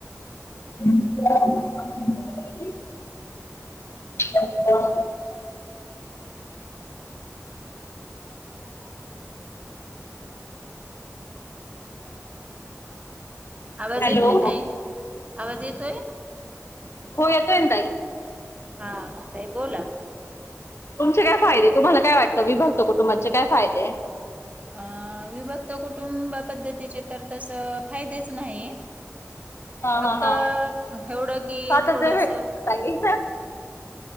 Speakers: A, on the left; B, on the right.
A: <inaudible> ह <unintelligible>
B: आवाज
A: हॅलो
B: येतोय ताई आवाज येतोय?
A: हो येतोय ताई.
B: हा हा ताई बोला.
A: तुमचे फायदे ए तुम्हाला काय वाटतं विभक्त कुटुंबाचे काय फायदे.
B: अ अ विभक्त कुटुंब पद्धतीचे तर तसं फायदेच नाहीत.
A: हा
B: फक्त
A: हा हा
B: एवढं की
A: स्वातंत्र्य
B: थोडस
A: भेटत ताई